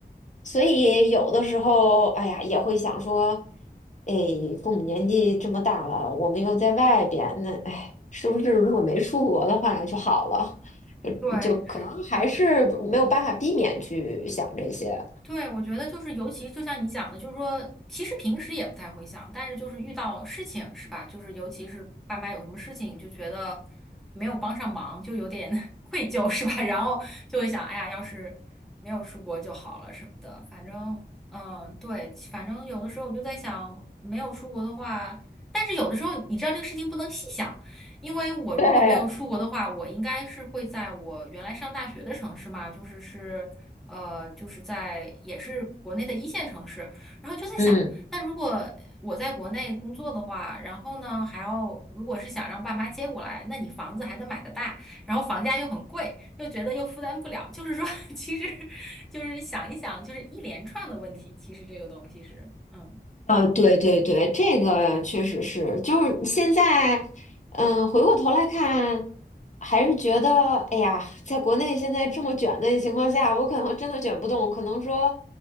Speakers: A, on the left; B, in the centre.
A: 所以有的时候，哎呀，也会想说，哎，父母年纪这么大了，我们又在外边，那哎，是不是如果没出国的话就好了？<laughs>
B: 对，
A: 就就可能还是没有办法避免去想这些。
B: 是。对，我觉得就是，尤其就像你讲的，就是说，其实平时也不太会想，但是就是遇到事情是吧？就是尤其是爸妈有什么事情，就觉得没有帮上忙，就有点 <laughs> 愧疚是吧？<laughs> 然后就会想，哎呀，要是没有出国就好了什么的。反正，嗯，对，反正有的时候我就在想，没有出国的话，但是有的时候你知道这个事情不能细想，因为我如果没有出国的话，
A: 对，
B: 我应该是会在我原来上大学的城市嘛，就是是。呃，就是在也是国内的一线城市，然后就在想，
A: 嗯。
B: 那如果我在国内工作的话，然后呢还要如果是想让爸妈接过来，那你房子还得买得大，然后房价又很贵，又觉得又负担不了，就是说，<laughs> 其实就是想一想，就是一连串的问题，其实这个东西是，嗯，
A: 呃，对对对，这个确实是，就是现在，嗯，回过头来看，还是觉得，哎呀，在国内现在这么卷的情况下，我可能真的卷不动，我可能说，